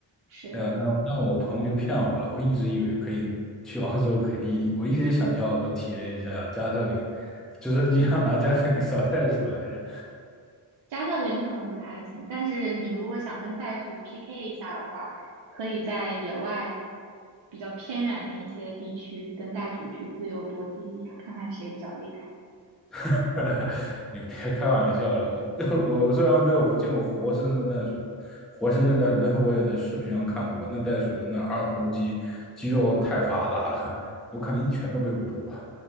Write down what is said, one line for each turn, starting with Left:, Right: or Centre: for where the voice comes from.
Right: 是的，
Centre: 哎呦，那那我朋友就骗我了，我一直以为可以去澳洲，可以，我一直想去澳洲体验一下加特林，直升机上拿加特林扫袋鼠来着，
Right: 加特林可能不太行，但是你如果想跟袋鼠 PK 一下的话，可以在野外比较偏远的一些地区跟袋鼠去自由搏击一下，看看谁比较厉害。
Centre: <laughs> 你别开玩笑了，我 <laughs> 我虽然没有见过活生生的袋鼠，活生生袋鼠，但是我也在视频上看过，那袋鼠的那二头肌肌肉太发达了，我可能一拳都背不住吧。